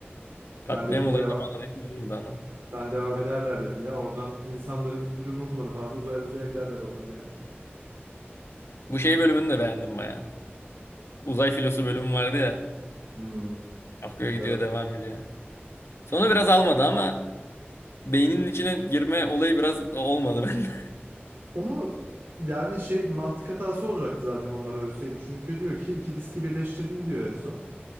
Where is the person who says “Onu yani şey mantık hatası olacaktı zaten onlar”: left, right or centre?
Right